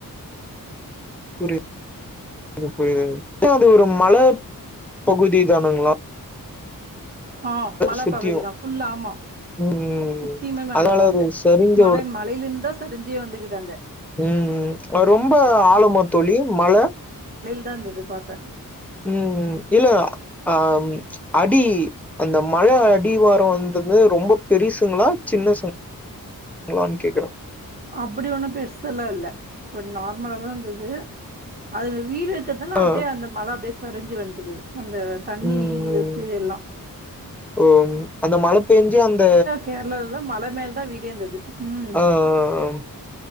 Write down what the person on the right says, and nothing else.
<unintelligible>
ஆஹ் மல
பாகுதிதான் ஃபுல்ல ஆம
சுத்தியுமே மல
தான்
அங்க
மல மலையில இருந்தா செரிஞ்சே வந்துக்குது க்காங்க
தான் இருந்தது பாக்க
அப்படி ஒண்ணும் பெருசலான் இல்ல கொஞ்சம் நார்மலா தான் இருந்தது அதுல வீடு இக்குதான
அப்படியே அந்த மல அப்டியே சரிஞ்சி வந்து <unintelligible> அந்த தண்ணி
இதுக்கு
எல்லாம்
கேரளால மல மேல தான் விடே இருந்தது ம்